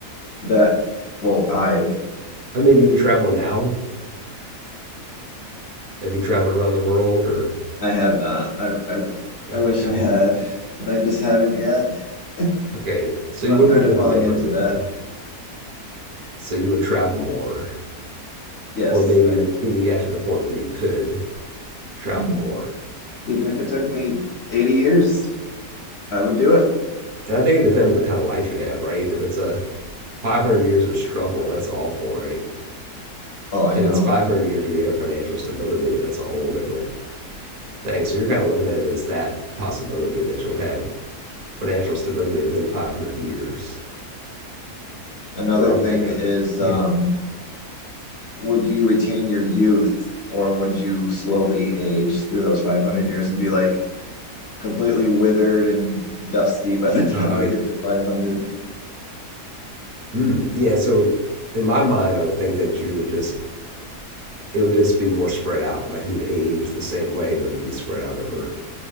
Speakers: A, on the left; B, on the right.
A: that, well, I've
B: I mean, do you travel now? Have you traveled around the world or?
A: I have not. I I,
B: Okay.
A: I wish I had, but I just haven't yet. <laughs>
B: Okay. So
A: So
B: you
A: I'm
B: would
A: kind
B: be living
A: of falling
B: differently
A: into that.
B: then. So you would travel more,
A: Yes,
B: or maybe
A: I
B: when you got to the point where you could travel
A: mm.
B: more.
A: even if it took me 80 years, I would do it.
B: And I think it depends on the kind of life you have, right? If it's a 500 years of struggle, that's awful, right?
A: Oh, I
B: If
A: know.
B: it's 500 years where you have financial stability, that's a whole different thing. So you're kind of looking at it as that possibility that you'll have financial stability within 500 years.
A: Another
B: Where I'm
A: thing
B: thinking,
A: is, um,
B: yeah,
A: would you retain your youth or would you slowly age through those 500 years and be like, completely withered and dusty by the <laughs> time
B: uh,
A: you get to 500
B: mm, yeah. So in my mind, I would think that you would just it would just be more spread out. Like you would age the same way, but it'd be spread out over